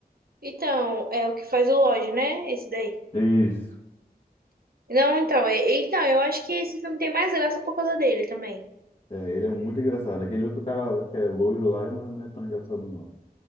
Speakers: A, on the right; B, on the left.
A: Então, é o que faz o Lodge, né? Esse daí.
B: É Isso.
A: Não, então, é, então, eu acho que esse filme tem mais graça por causa dele também.
B: É, ele é muito engraçado. Aquele outro cara que é loiro lá, ele não é não é tão engraçado, não.